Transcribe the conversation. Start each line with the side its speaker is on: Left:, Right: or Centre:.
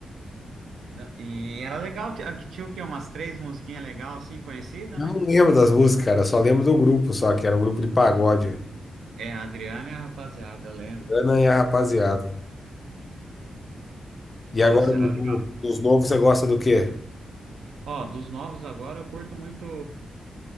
Right: Na- E era legal, ti- aqui tinha o quê? Umas três musiquinhas legais, assim, conhecidas,
Left: Eu
Right: né?
Left: não lembro das músicas, cara. eu Só lembro do grupo, só que era um grupo de pagode, velho.
Right: É, a Adriana e a rapaziada, eu lembro.
Left: Ana e a rapaziada. E
Right: Nossa,
Left: agora dos
Right: era legal.
Left: no- dos novos, você gosta do quê?
Right: Ó, dos novos agora eu curto muito